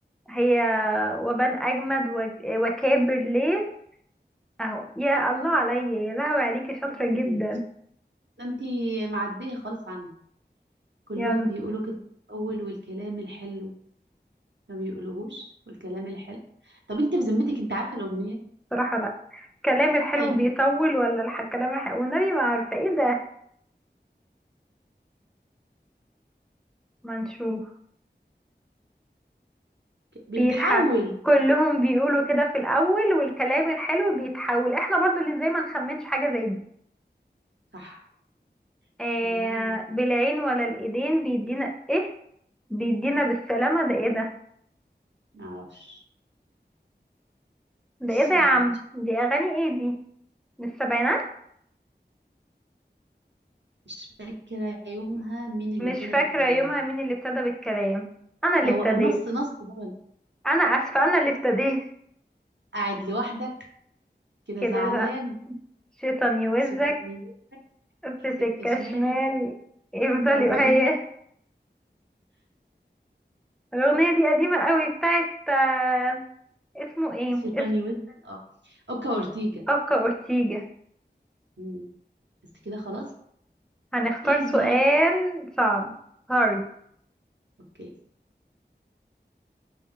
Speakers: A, in the centre; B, on the right.
A: هي وبان أجمد وك- وكابر ليه أهو يا الله عليا يا لهوي عليكي شاطرة
B: يا ترى
A: جدا
B: دي ده انتي معديه خالص عني كلهم
A: يلا
B: بيقولوا كده في الاول والكلام الحلو ما بيقولوهوش والكلام الحلو طب انت بذمتك انت عارفه الاغنيه
A: بصراحة لأ الكلام الحلو
B: طيب
A: بيطول ولا الح- الكلام الحلو والنبي ما عارفة ايه ده ما نشوف
B: ك- بيتحول
A: بيتح كلهم بيقولوا كده في الأول والكلام الحلو بيتحول احنا برضو اللي زي ما نخمنش حاجة زي دي
B: صح
A: آه
B: بالعين ولا
A: بالعين ولا الإيدين بيدينا ايه بيدينا بالسلامة
B: بالعين
A: ده ايه ده
B: ما اعرفش
A: ده
B: مش
A: ايه ده
B: مش
A: يا عم دي اغاني ايه دي من السبعينات
B: مش فاكره يومها مين اللي
A: مش
B: ابتدى
A: فاكرة
B: بالكلام
A: يومها مين اللي ابتدى بالكلام انا
B: كده
A: اللي
B: هو
A: ابتديت
B: نص نص ده ولا
A: انا اسفة انا اللي ابتديت
B: قاعد لوحدك كده
A: كده
B: زعلان
A: زق شيطان يوزك
B: شيطان يمين في
A: في
B: سكه
A: سكة
B: شمال
A: شمال يفضل
B: يقعد
A: يهيه
B: يقول لك
A: الاغنية دي قديمة قوي بتاعت آه، اسمه ايه
B: شيطان
A: اسم
B: يوزك اه اوكا اورتيجا
A: اوكا اورتيجا
B: مم. بس كده خلاص
A: هنختار
B: ايزي
A: سؤال صعب هارد
B: اوكي